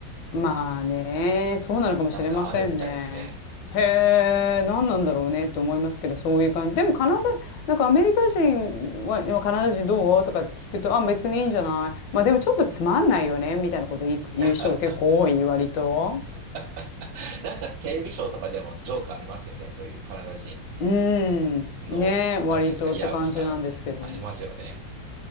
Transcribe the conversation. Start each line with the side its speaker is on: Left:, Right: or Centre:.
Left: まあね、そうなのかもしれませんね。
Right: なんかあるみたいですね。
Left: へえ、何なんだろうねと思いますけど、そういう感じ。でもカナダ、なんかアメリカ人は、今カナダ人どうとかって聞くと、あ、別にいいんじゃない。まあでもちょっとつまんないよね、みたいなこと言い言う人が結構多い、
Right: <laughs>
Left: 割と。
Right: <laughs> なんかテレビショーとかでもジョークありますよね。そういうカナダ人
Left: うん、
Right: の、
Left: ね、割とって感じなんですけど。
Right: なんていうんですか、嫌をした。うん、ありますよね。